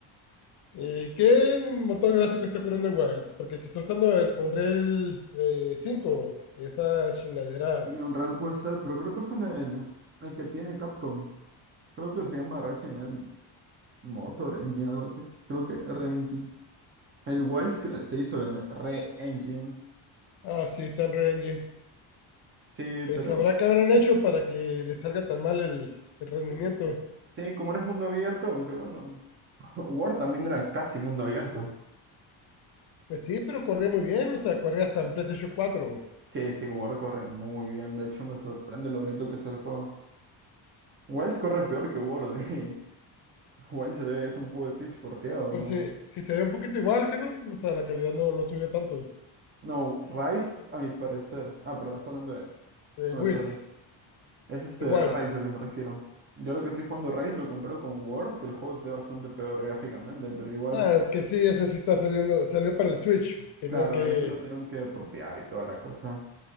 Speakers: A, on the left (about 55°); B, on the right (about 30°).
A: Eh, ¿qué motor gráfico está corriendo el Wilds? Porque si está usando el Unreal eh, 5, esa chingadera.
B: Y Unreal puede ser, pero creo que usan el, el que tiene Capcom. Creo que se llama Resident Evil Motor Engine, algo así. Creo que R-Engine. El Wilds cre- se hizo en Re-Engine.
A: Ah, sí, está en Unreal Engine.
B: Sí,
A: Pues
B: pero.
A: habrá que habrán hecho para que le salga tan mal el, el rendimiento.
B: Sí, como no es mundo abierto, aunque bueno. <laughs> War también era casi mundo abierto.
A: Pues sí, pero corría muy bien, o sea, corría hasta en PlayStation 4.
B: Sí, sí, War corre muy bien. De hecho, me sorprende lo bonito que es el juego. Wilds corre peor que War, y <laughs> Wilds ve- es un juego de Switch porteado,
A: Pero
B: ¿no?
A: sí, sí se ve un poquito igual que no, o sea, la calidad no, no subió tanto.
B: No, Rise, a mi parecer. Ah, perdón, estoy hablando de.
A: Eh,
B: Ah,
A: Wills,
B: me perdí. Es este
A: de Wilds.
B: Rise al que me refiero. Yo lo que estoy jugando Rise lo comparo con Word. El juego se ve bastante peor gráficamente, pero igual
A: Ah,
B: es
A: es que sí, ese sí está saliendo, salió para el Switch. Tenían
B: Claro,
A: que,
B: ahí sí lo tienen que portear y toda la cosa.